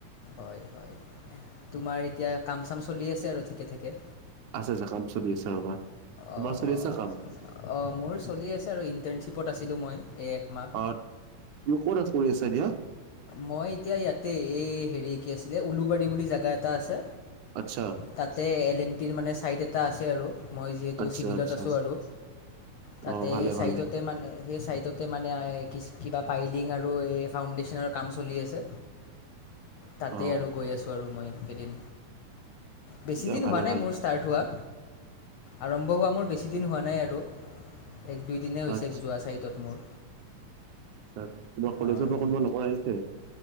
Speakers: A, on the left (about 80°); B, on the right (about 75°).
A: হয় হয় তোমাৰ এতিয়া কাম চাম চলি আছে আৰু ঠিকে ঠাকে
B: আছে আচা কাম চলি আছা ৰবা তোমাৰ
A: অঁ
B: চলি আছে কাম
A: অঁ মোৰ চলি আছে আৰু ইণ্টাৰ্শিপত আছিলোঁ মই এই একমাহ
B: অ তুমি ক'ত এ কৰি আছা দিয়া
A: মই এতিয়া ইয়াতে এই হেৰি কি আছিলে উলুবাৰী বুলি জাগা এটা আছে।
B: আচ্ছা
A: তাতে এল এন টিৰ মানে চাইট এটা আছে আৰু। মই যিহেতু
B: আচ্ছা
A: চিভিলত
B: আচ্ছা
A: আছো আৰু তাতে
B: অ ভালে
A: সেই চাইডতে
B: ভালে
A: মানে সেই চাইডত ত মানে কিবা পাইলিং আৰু এই ফাউণ্ডেশ্যনৰ কাম চলি আছে তাতে
B: অ
A: আৰু গৈ আছো আৰু মই কেইদিন বেছি
B: দিয়া
A: দিন
B: ভালে
A: হোৱা নাই
B: ভালে
A: মোৰ ষ্টাৰ্ট হোৱা আৰম্ভ হোৱা মোৰ বেছিদিন হোৱা নাই আৰু। এক দুই দিনে হৈছে
B: আচ্ছা
A: যোৱা চাৰিতত মোৰ
B: তোমাৰ কলেজৰ
A: হয়
B: পৰা কোনোবা লগৰ আহিছে।